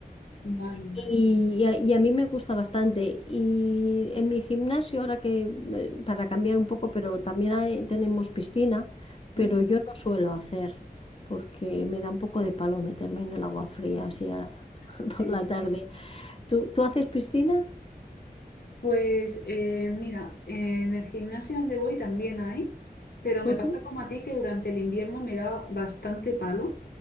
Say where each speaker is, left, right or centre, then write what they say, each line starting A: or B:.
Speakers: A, on the left; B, on the left.
A: Vale, vale.
B: Y, y a, y a mí me gusta bastante. Y en mi gimnasio, ahora que, eh, para cambiar un poco, pero también hay- tenemos piscina, pero
A: <laughs> Mm.
B: yo no suelo hacer porque me da un poco de palo meterme en el agua fría así a- <laughs>
A: Sí,
B: por la tarde. ¿Tú, tú haces piscina?
A: pues eh, mira, en el gimnasio donde voy también hay, pero me
B: Ujú.
A: pasa como a ti que durante el invierno me da bastante palo